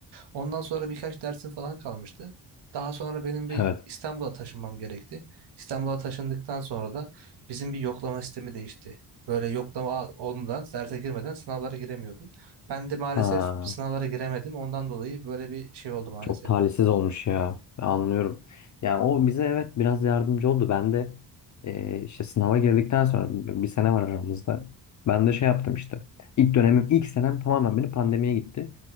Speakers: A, on the right (about 80°); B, on the left (about 45°).
A: Ondan sonra birkaç dersim falan kalmıştı. Daha sonra benim bir
B: Evet.
A: İstanbul'a taşınmam gerekti. İstanbul'a taşındıktan sonra da bizim bir yoklama sistemi değişti. Böyle yoklama olmadan, derse girmeden sınavlara giremiyordum. Ben de maalesef
B: Ha.
A: sınavlara giremedim. Ondan dolayı böyle bir şey oldu maalesef.
B: Çok talihsiz
A: O-
B: olmuş ya. Ben Anlıyorum. Yani o bize evet biraz yardımcı oldu. Ben de e, işte sınava girdikten sonra bir bir sene var aramızda. Ben de şey yaptım işte. İlk dönemim, ilk senem tamamen benim pandemiye gitti.